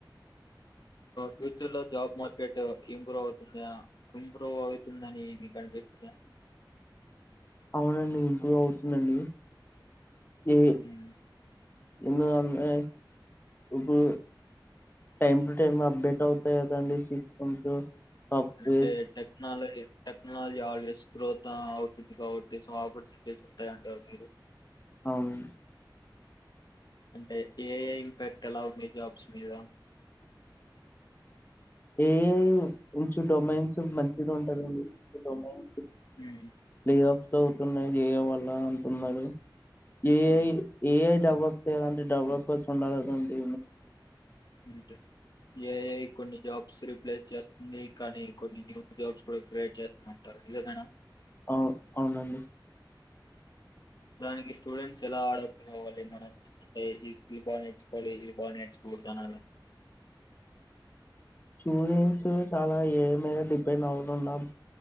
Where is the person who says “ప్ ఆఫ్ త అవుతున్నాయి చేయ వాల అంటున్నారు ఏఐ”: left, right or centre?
Left